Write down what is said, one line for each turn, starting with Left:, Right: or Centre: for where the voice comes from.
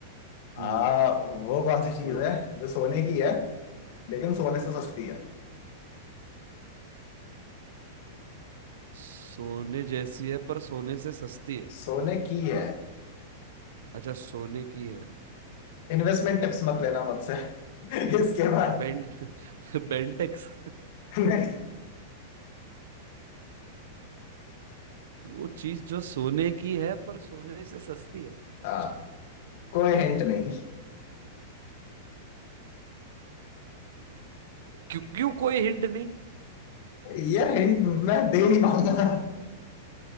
Left: आ,
Right: हम्म
Left: वो कौन सी चीज है जो सोने की है लेकिन सोने से सस्ती है
Right: सोने जैसी है पर सोने से सस्ती है
Left: सोने की है
Right: अच्छा सोने की है
Left: इन्वेस्टमेंट टिप्स मत लेना मुझसे <laughs> इसके बाद
Right: बेंट <laughs> बेंटेक्स
Left: नहीं
Right: वो चीज जो सोने की है पर सोने से सस्ती है
Left: हाँ कोई हिंट नहीं
Right: क्यों क्यों कोई हिंट नहीं
Left: यार हिंट मैं दे नहीं पाऊंगा